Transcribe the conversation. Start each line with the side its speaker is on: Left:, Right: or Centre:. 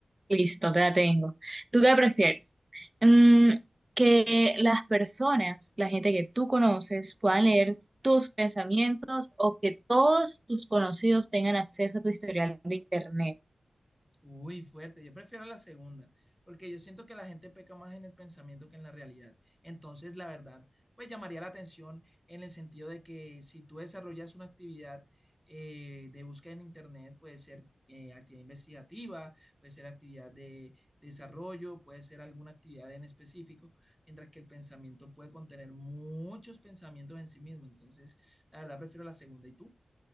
Right: Listo, te la tengo. ¿Tú qué prefieres? Mm, que las personas, la gente que tú conoces, puedan leer tus pensamientos o que todos tus conocidos tengan acceso a tu historial de internet.
Centre: Uy, fuerte. Yo prefiero la segunda, porque yo siento que la gente peca más en el pensamiento que en la realidad. Entonces, la verdad, pues llamaría la atención en el sentido de que si tú desarrollas una actividad eh, de búsqueda en Internet, puede ser eh, actividad investigativa, puede ser actividad de desarrollo, puede ser alguna actividad en específico, mientras que el pensamiento puede contener muchos pensamientos en sí mismo. Entonces, la verdad, prefiero la segunda. ¿Y tú?